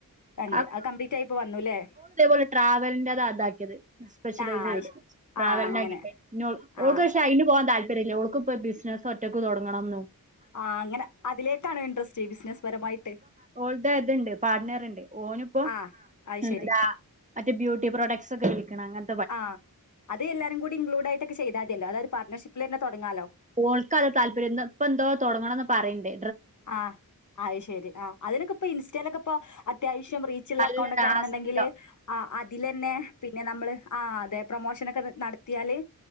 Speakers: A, on the left; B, on the right.
A: രണ്ട്
B: ആ
A: അത് കംപ്ലീറ്റ് ആയിപ്പോ വന്നുല്ലേ
B: ഇതെപോലെ ട്രാവലിൻ്റെ അതാക്കിയത് സ്പെഷ്യലൈസ്
A: ആ
B: ചെയ്ത
A: അത് ശരി
B: ട്രാവലിന്റെ
A: ആ അങ്ങനെ
B: അകിട്ട് ഓൾക്ക്
A: ആ
B: പശെ അയിന് പോവാൻ താല് ല്ലാ ഓൾക്ക് ഇപ്പം ബിസ്നസ്സ് ഒറ്റക്ക് തൊടങ്ങണം
A: ആ അങ്ങനെ അതിലേക്കാണ് ഇൻട്രസ്റ്റ് ബിസിനസ് പരമായിട്ട്
B: ഇത് അതോണ്ട് പാർട്നാർ ഒണ്ട് ഓനി ഇപ്പോ
A: ആ അത്
B: എന്താ
A: ശരി
B: മറ്റേ ബ്യൂട്ടി പ്രോഡക്ട്സ് ഒക്കെ വിൽക്കണാ അങ്ങനെ
A: ആ അത് എല്ലാരും കൂടി ഇൻക്ലൂഡ് ആയിട്ടെക്കെ ചെയ്താ അതില്ലോ അതാ പാർണഷപ്പില് തന്നെ തൊടങ്ങാലോ
B: ഓൾക്കാതാ താല്പര്യം ഇന്ന് ഇപ്പം എന്തോ തൊടങ്ങണന്ന് പറ ഇണ്ട്
A: ആ അയ് ശെരി ആ അതിനൊക്കെ ഇപ്പം ഇൻസ്റ്റയിലെക്കെ ഇപ്പോ അത്യാവാശ് റിച്ചയൊള്ളാ
B: നല്ലതാ
A: അക്കൗണ്ടോക്കെ ആണോന്നോണ്ടാങ്കില്
B: ആ സത്യം
A: ആ അതില് തന്നെ പിന്നെ നമ്മള് ആ അതെ പ്രോമോഷാനൊക്കേ അത് നടത്തിയാല്